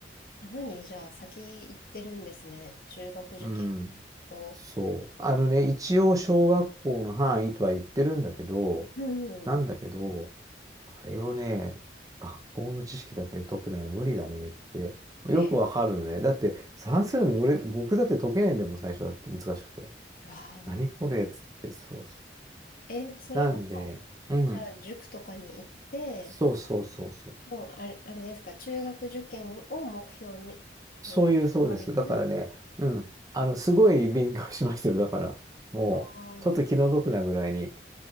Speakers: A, on the left (about 55°); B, on the right (about 20°).
A: あ、何じゃあ、先行ってるんですね。中学受験
B: うん。
A: を。
B: そう。あのね、
A: う
B: 一応小学校の範囲とは言ってるんだけど、
A: ん。
B: なんだけど、あれをね、学校の知識だけで解くのは無理だねって、よくわかるのね。
A: え、うん。
B: だって算数の俺、
A: うん
B: 僕だって解けないんだもん、最初だって難しくて。
A: わあ
B: 何これっつって、そうそう。
A: え、それは、
B: なんで、うん。
A: じゃあ、塾とかに行って、
B: そうそうそうそう。
A: もうあれ、あれですか、中学受験を目標に、
B: そういう、
A: えー、
B: そうです。
A: 上げてる。
B: だからね、うん。あの、すごい勉強しましたよ。だから、もう、
A: わ
B: ちょっと気の毒なぐらいに。
A: あ、